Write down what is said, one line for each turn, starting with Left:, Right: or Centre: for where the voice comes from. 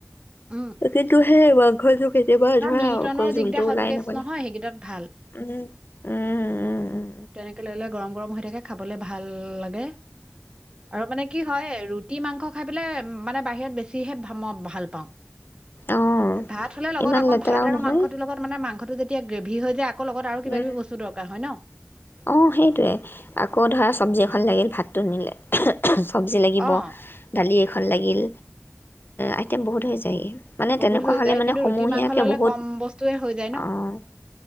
Right: উম,
Left: কিন্ত হ মাংস কেতিয়াবা
Right: আৰু
Left: ধৰা
Right: মিল্টনৰ
Left: আকৌ
Right: যিকেইটা
Left: জোলটো
Right: হটকেচ
Left: ওলাই নবলে
Right: নহয় সেইকেইটাত ভাল
Left: উম উম উম উম
Right: তেনেকে লৈ ললে গৰম গৰম হৈ থাকে খাবলে ভাল লাগে আৰু মানে কি হয় ৰুটি মাংস খ প মানে বাহিৰত বেছিকৈ মই ভাল পাওঁ
Left: অঁ
Right: ভাত হ'লে লগত
Left: ইমান
Right: অকল
Left: লেতেৰাও
Right: ভাত আৰু
Left: নহয়
Right: মাংসটোৰ লগত মানে মাংস যেয়া গ্ৰভি হৈ যায় লগত আৰু কিবা
Left: উম,
Right: কিবি বস্তু দৰকাৰ হয় ন
Left: অঁ সেইটোৱে আকৌ ধৰা চব্জি এখন লাগিল ভাতটো নিলে চবজি লাগিব
Right: অ',
Left: দালি এখন লাগিল আইটেম বহুত হৈ যায়গ মানে
Right: বহুত
Left: তেনেকুৱা
Right: হৈ
Left: হলে
Right: যায়
Left: মানে
Right: কিন্তু
Left: সমূহীয়াকে
Right: ৰুটি মাংস ল'লে
Left: বহুত
Right: কম বস্তুৱে হৈ যায় ন
Left: আহ